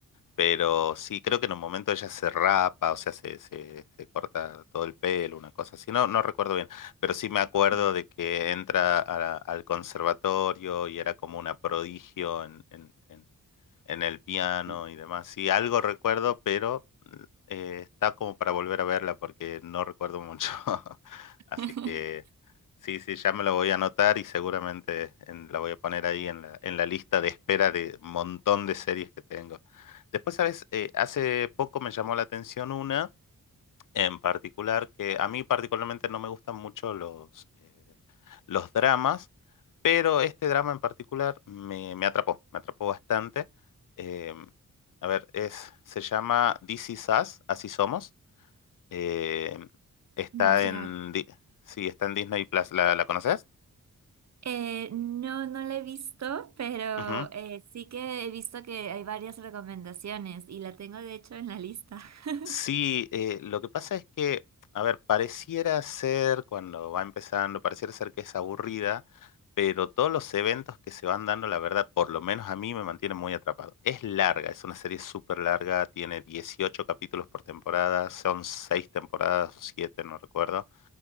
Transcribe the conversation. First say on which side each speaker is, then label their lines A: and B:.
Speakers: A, on the left (about 65°); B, on the right (about 50°).
A: Pero sí, creo que en un momento ella se rapa, o sea, se, se, se corta todo el pelo, una cosa así. No, no recuerdo bien, pero sí me acuerdo
B: Sí.
A: de que entra a la- al conservatorio y era como una prodigio en, en, en en el piano
B: sí.
A: y demás. Sí, algo recuerdo, pero eh, está como para volver a verla porque no recuerdo mucho. <laughs> Así
B: <laughs>
A: que sí, sí, ya me lo voy a anotar y seguramente en- la voy a poner ahí en la, en la lista de espera de un montón de series que tengo. Después, ¿sabes? Eh, hace poco me llamó la atención una en particular que a mí particularmente no me gustan mucho los, eh, los dramas pero este drama en particular me, me atrapó, me atrapó bastante. Eh, a ver, es, se llama This Is Us, Así Somos. Eh, está
B: Ya.
A: en, Di- sí, está en Disney Plus, ¿la, la conoces?
B: Eh, no, no la he visto, pero
A: Ujú.
B: eh, sí que he visto que hay varias recomendaciones y la tengo de hecho en la lista. <laughs>
A: Sí, eh, lo que pasa es que, a ver, pareciera ser, cuando va empezando, pareciera ser que es aburrida, pero todos los eventos que se van dando, la verdad, por lo menos a mí me mantiene muy atrapado. Es larga, es una serie súper larga, tiene 18 capítulos por temporada, son 6 temporadas o siete no recuerdo.